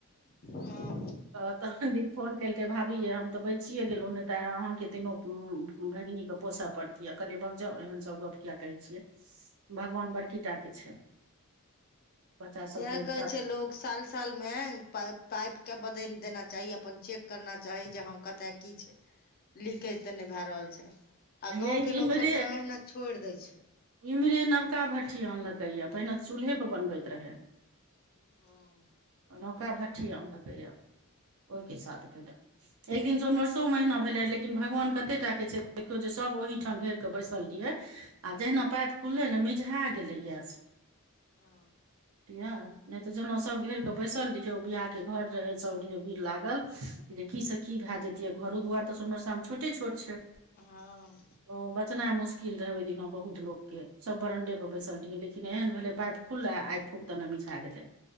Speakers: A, on the left; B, on the right.
A: ह
B: तऽ तखन फोन केलकै भाभीे ये हम तऽ बचिए गेलहुँ नहि तऽ अहाँके तीनो भगिनीके पोसऽ पड़तऽ कहलियै भग जाउ एहन सब गप किया कहै छियै भगवान बड़की टा के छै बच्चा सबके
A: तेँ कहै
B: साथ
A: छै लोक साल साल मे पाइप के बदलि देना चाही अपन चेक करना चाही जे ह कतय की छै लीकेज तऽ नहि भए रहल छै आ
B: हे
A: गाँव के लोग
B: इम्हरे
A: सब ते एहिना छोड़ि देय छै
B: इम्हरे नवका भट्ठि नान लकै पहिने चूल्हे परे बनबैत रहय
A: ह
B: नौका भट्ठी आम देखैय ओहिके साथ भेले एक दिन से उनवर्सों महना भेले रह लेकिन भगवान कते टा के छै देखियौ जे सब ओहिठाम घेर क बैसल रहिये
A: हँ
B: आ जहिना पात खुललै न मिझा गेलै गैस
A: ह
B: बुझलियै नहि तऽ जेना सब घेर के बैसल रहियै ओ बियाह के घर रहे सब रे भीर लागल जे की से की भए जति ये घरो दुआर तऽ सोनवर्षा मे छोटे छोट छै
A: हँ
B: ओ बचनाइ मुश्किल रहै ओहि दिना बहुत लोकके सब बरणडे पर बैसल रहियै लेकिन एहन भेलै पाइप खुललै आइक फुक दऽ ने मिझा गेलै